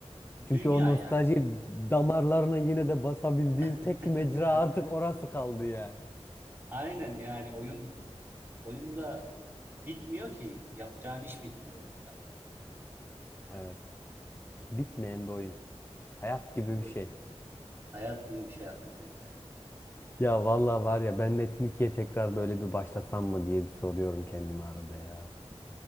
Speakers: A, on the left; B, on the right.
A: Çünkü
B: Dünya
A: o nostalji
B: yani.
A: damarlarına yine de basabildiğin
B: <laughs>
A: tek mecra artık orası kaldı yani.
B: Aynen yani oyun oyunda bitmiyor ki. Yapacağın iş bitmiyor oyunda.
A: Evet. Bitmeyen bir oyun. Hayat
B: Yani
A: gibi
B: bu
A: bir
B: oyun.
A: şey.
B: Hayat gibi bir şey hakikaten ya.
A: Ya vallahi var ya ben Metin 2'ye tekrar böyle bir başlasam mı diye bir soruyorum kendime arada ya.